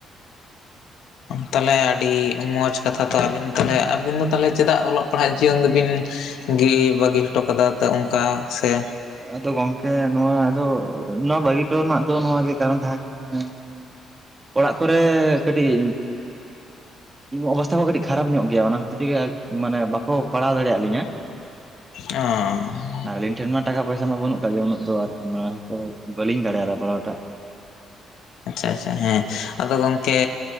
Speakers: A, on the left (about 85°); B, on the right (about 20°).
A: <unintelligible> ᱛᱟᱞᱦᱮ ᱟᱹᱰᱤ ᱢᱚᱸᱡᱽ ᱠᱟᱛᱷᱟ ᱛᱚ ᱟᱹᱵᱤᱱ ᱛᱟᱞᱦᱮ ᱟᱹᱵᱤᱱ ᱫᱚ ᱛᱟᱞᱦᱮ ᱪᱮᱫᱟᱜ ᱚᱞᱚᱜ ᱯᱟᱲᱦᱟᱜ ᱡᱤᱭᱚᱱ ᱫᱚ ᱵᱤᱱ ᱜᱤ ᱵᱟᱹᱜᱤ ᱦᱚᱴᱚ ᱠᱟᱫᱟ ᱛᱚ ᱚᱝᱠᱟ ᱥᱮ
B: ᱟᱫᱚ ᱜᱚᱝᱠᱮ ᱱᱚᱣᱟ ᱫᱚ ᱱᱚᱣᱟ ᱵᱟᱹᱜᱤᱦᱴᱚ ᱨᱮᱱᱟᱜ ᱫᱚ ᱱᱚᱣᱟ ᱜᱮ ᱠᱟᱨᱚᱱ ᱛᱟᱦᱮᱸ ᱠᱟᱱᱟ ᱢᱟᱱᱮ ᱚᱲᱟᱜ ᱠᱚᱨᱮ ᱠᱟᱹᱴᱤᱡ ᱚᱵᱚᱥᱛᱷᱟ ᱠᱚ ᱠᱟᱹᱴᱤᱡ ᱠᱷᱟᱨᱟᱯ ᱧᱚᱜ ᱜᱮᱭᱟ ᱚᱱᱟ ᱠᱷᱟᱹᱛᱤᱨ ᱛᱮᱜᱮ ᱢᱟᱱᱮ ᱵᱟᱠᱚ ᱯᱟᱲᱦᱟᱣ ᱫᱟᱲᱮᱭᱟᱜ ᱞᱤᱧᱟ
A: ᱚᱻ
B: ᱟᱨ ᱟᱹᱞᱤᱧ ᱴᱷᱮᱱ ᱢᱟ ᱴᱟᱠᱟ ᱯᱚᱭᱥᱟ ᱢᱟ ᱵᱟᱹᱱᱩᱜ ᱠᱟᱟᱜ ᱜᱮ ᱩᱱᱟᱹᱜ ᱫᱚ ᱟᱨᱠᱤ <inaudible> ᱵᱟᱹᱞᱤᱧ ᱫᱟᱲᱮᱭᱟᱫᱟ ᱯᱟᱲᱦᱟᱣ ᱴᱟᱜ
A: ᱟᱪᱪᱷᱟ ᱟᱪᱪᱷᱟ ᱦᱮᱸ ᱟᱫᱚ ᱜᱚᱝᱠᱮᱻ